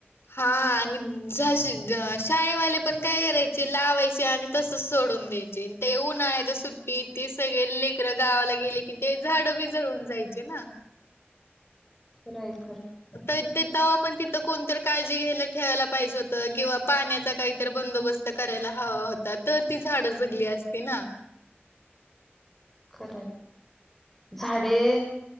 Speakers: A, on the left; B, in the centre.
A: हा आणि जाशी शाळेवाले पण काय करायचे लावायचे आणि तसस सोडून द्यायचे ते उन्हाळ्याच्या सुट्टी ते सगळे लेकर गावाला गेले कि, ते झाड बि जळून जायचे ना.
B: राईट.
A: ताई ते तेव्हा पण तिथं कोणतरी काळजी घ्यायला ठेवायला पाहिजे होत किंवा पाण्याचा काहीतरी बंदोबस्त करायला हवा होता, तर ती झाडं जगली असती ना.
B: खर झाडे